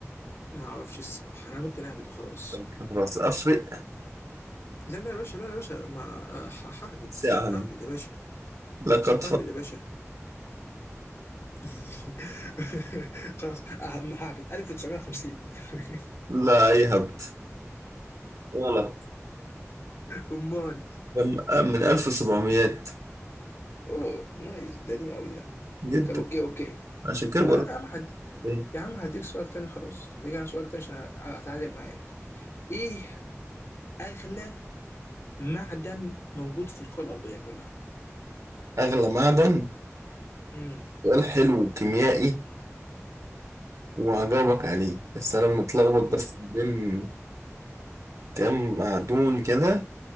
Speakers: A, on the left (about 60°); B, on the right (about 80°).
A: ما اعرفش الصراحه انا ممكن اهبد وخلاص
B: فأنت خلاص افرق
A: لا لا يا باشا لا لا يا باشا ما آه، ه- ههبد
B: ساعة
A: ههبد يا باشا
B: لقد فرق
A: ههبد يا باشا <laughs> خلاص أهم- ههبد 1950 <laughs>
B: لا يهبط غلط
A: امال
B: من من 1700
A: اوه نايس ده قديم قوي ده
B: جدا
A: طب اوكي اوكي
B: عشان كده بقول
A: خلاص
B: لك
A: يا عم حد
B: ليه.
A: يا عم هديك سؤال تاني خلاص هديك انا سؤال تاني عشان أ- اتعادل معاك ايه اغلى معدن موجود في الكره الارضيه كلها
B: اغلى معدن
A: امم
B: سؤال حلو كيميائي وهجاوبك عليه بس انا متلخبط بس
A: أوه.
B: بين كام معدون كده